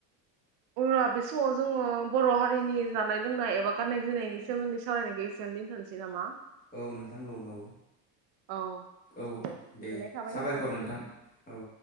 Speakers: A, on the right; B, on the left.
A: अ' बे समाव जोङो बर' हारिनि जानाय लोंनाय एबा गाननाय जोमनायनि सोमोन्दै सावरायनायखौ एसेयावनो दोनथ'नोसै नामा?
B: औ नोंथां औ औ।
A: औ
B: औ
A: गोजोननाय
B: दे
A: थाबाय
B: साबायखर
A: नोंथांनिसिम
B: नोंथां औ।